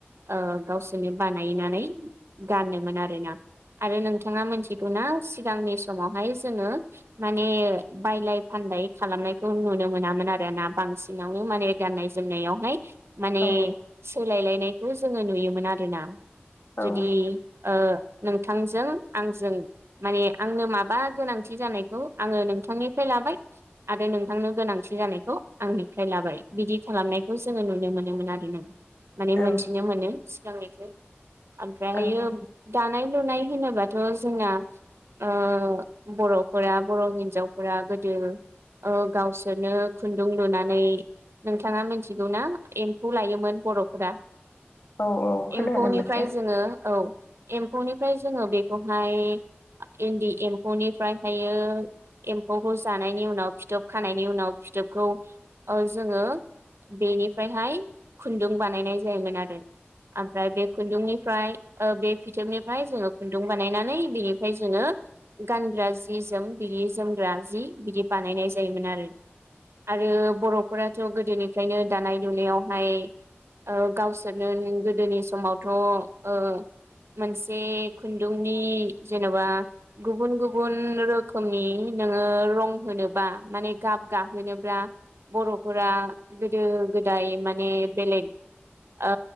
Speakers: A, on the right; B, on the left.
A: ओ गावसोरनो बानायनानै गानोमोन आरोना। आरो नोंथाङा मोन्थिगौ ना? सिगांनि समावहाय जोङो माने बायलाय फानलाय खालामनायखौ नुनो मोनामोन आरो ना बांसिनावनो माने गाननाय जोमनायावहाय माने
B: औ
A: सोलायलायनायखौ जोङो नुयोमोन आरोना जुदि
B: औ
A: ओ नोंथांजों आंजों माने आंनो माबा गोनांथि जानायखौ आङो नोंथांनिफ्राय लाबाय। आरो नोंथांनो गोनांथि जानायखौ आंनिफ्राय लाबाय बिदि खालामनायखौ जोङो नुनो मोनोमोन आरो ना। माने
B: औ
A: मोनथिनो मोनो सिगांनिफ्राय आमफ्रायहायो
B: औ
A: दानाय लुनाय होनोबाथ' जोंना ओ बर'फोरा बर' हिन्जावफोरा गोदो ओ गावसोरनो खुन्दुं लुनानै नोंथाङा मोन्थिगौना एम्फौ लायोमोन बर'फोरा?
B: औ औ खोनानो
A: एम्फौनिफ्राय
B: मोनदों
A: जोङो औ एम्फौनिफ्राय जोङो बेखौहाय इन्दि एम्फौनिफ्रायहायो एम्फौखौ जानायनि उनाव फिथोब खानायनि उनाव फिथोबखौ ओ जोङो बेनिफ्रायहाय खुन्दुं बानायनाय जायोमोन आरो। आमफ्राय बे खुन्दुंनिफ्राय ओ बे फिथोबनिफ्राय जोङो खुन्दुं बानायनानै बेनिफ्राय जोङो गानग्रा जि जोम बिदि जोमग्रा जि बिदि बानायनाय जायोमोन आरो। आरो बर'फोराथ' गोदोनिफ्रायनो दानाय लुनायावहाय ओ गावसोरनो गोदोनि समावथ' ओ मोनसे खुन्दुंनि जेन'बा गुबुन गुबुन रोखोमनि नोङो रं होनो बा माने गाब गाहोनोब्ला बर'फोरा गोदो गोदाइ माने बेलेग ओ